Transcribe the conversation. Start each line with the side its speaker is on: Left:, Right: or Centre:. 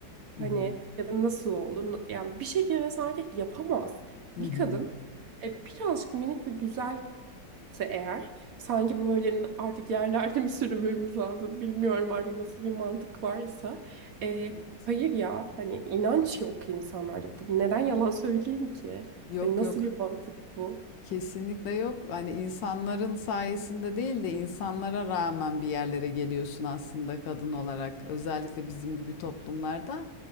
Right: Hani
Left: Hı hı.
Right: ya da nasıl oldu? Yani bir şekilde sanki yapamaz.
Left: Hı
Right: Bir
Left: hı.
Right: kadın e, birazcık minik bir güzelse eğer sanki bu böyle artık yerlerde mi <laughs> sürünmemiz lazım bilmiyorum artık nasıl bir mantık varsa. E,
Left: Evet.
Right: hayır ya hani inanç yok insanlarda. Bu, neden yalan söyleyeyim ki?
Left: Yok,
Right: Hani nasıl
Left: yok.
Right: bir mantık bu?
Left: Kesinlikle yok. Hani insanların sayesinde değil de insanlara rağmen bir yerlere geliyorsun aslında kadın olarak. Özellikle bizim gibi toplumlarda